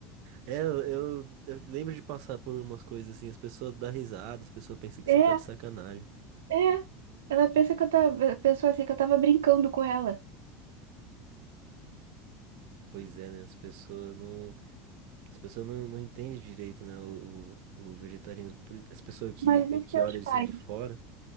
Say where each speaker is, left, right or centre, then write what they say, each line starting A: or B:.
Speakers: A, on the right; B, on the right.
A: É, eu, eu eu lembro de passar por umas coisas assim, as pessoas dão risada, as pessoas pensam que
B: É,
A: você tá de sacanagem.
B: é. Ela pensa que eu tava, pensou assim que eu tava brincando com ela.
A: Pois é, né? As pessoas não. As pessoas não, não entendem direito, né? O, o, o vegetarianismo. As pessoas que,
B: Mas
A: vem-
B: isso
A: que
B: é
A: olham
B: os
A: assim
B: pais.
A: de fora.